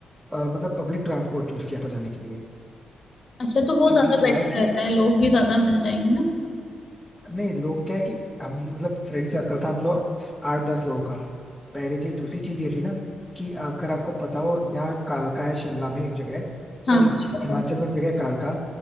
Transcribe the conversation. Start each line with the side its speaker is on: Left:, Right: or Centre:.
Centre: अ, मतलब पब्लिक ट्रांसपोर्ट चूज किया था जाने के लिए
Left: अच्छा तो वो
Centre: क्योंकि
Left: ज्यादा
Centre: क्या
Left: बेटर
Centre: है कि
Left: रहता है लोग भी ज्यादा मिल जाएंगे ना
Centre: नहीं लोग क्या है कि हम मतलब फ्रेंड सर्कल था मतलब आठ दस लोगों का पहली चीज दूसरी चीज ये थी ना कि अगर आपको पता हो यहाँ कालका है शिमला में एक जगह
Left: हाँ
Centre: सॉरी
Left: मुझे पता
Centre: हिमाचल
Left: है
Centre: में एक जगह है कालका